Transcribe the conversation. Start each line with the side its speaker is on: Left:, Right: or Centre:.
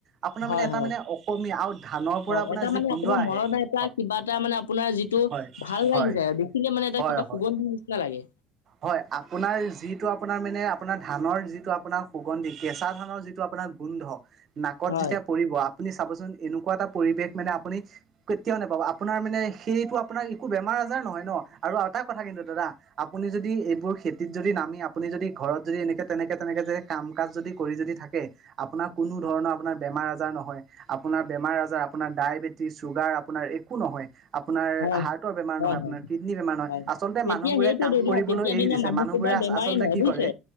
Right: আপোনাৰ
Left: হয়
Right: মানে এটা
Left: হয়
Right: মানে অসমীয়া আৰু ধানৰ পৰা
Left: হয়,
Right: আপোনাৰ
Left: এটা
Right: যি
Left: মানে
Right: গোন্ধ আহে,
Left: মনত এটা
Right: হয়।
Left: কিবা এটা <unintelligible> যিটো,
Right: হয়
Left: ভাল
Right: হয়
Left: লাগি যায় আৰু দেখিলে মানে এটা
Right: হয়
Left: কিবা
Right: হয়
Left: সুগন্ধি নিচিনা লাগে।
Right: হয়, আপোনাৰ যিটো আপোনাৰ মানে আপোনাৰ ধানৰ যিটো আপোনাৰ সুগন্ধি, কেঁচা ধানৰ যিটো আপোনাৰ গোন্ধ। নাকত
Left: হয়,
Right: যেতিয়া পৰিব আপুনি চাবচোন এনেকুৱা এটা পৰিৱেশ মানে আপুনি, কেতিয়াও নোপাব আপোনাৰ মানে সেইটো আপোনাৰ একো বেমাৰ আজাৰ নহয় ন'। আৰু এটা কথা কিন্তু দাদা, আপুনি যদি এইবোৰ খেত তিত যদি নামি আপুনি যদি ঘৰত যদি এনেকে তেনেকে তেনেকে যে কাম কাজ যদি কৰি যদি থাকে, আপোনাৰ কোনো কোনো ধৰণৰ আপোনাৰ বেমাৰ আজাৰ নহয়, আপোনাৰ বেমাৰ আজাৰ আপোনাৰ ডায়েবেটিছ, চুগাৰ আপোনাৰ একো নহয়। আপোনাৰ
Left: হয়,
Right: হাৰ্টৰ বেমাৰ
Left: হয়,
Right: নহয়,
Left: হয়,
Right: আপোনাৰ কিডনী বেমাৰ নহয়,
Left: হয়।
Right: আচলতে মানুহবোৰে
Left: <unintelligible> তেতিয়া
Right: কাম কৰিবলৈ এৰি
Left: দিনৰ
Right: দিছে
Left: মানুহ
Right: মানুহবোৰে
Left: কেইটাৰ বেমাৰেই
Right: আচলতে
Left: নহয়
Right: কি
Left: বুজিছে।
Right: কৰে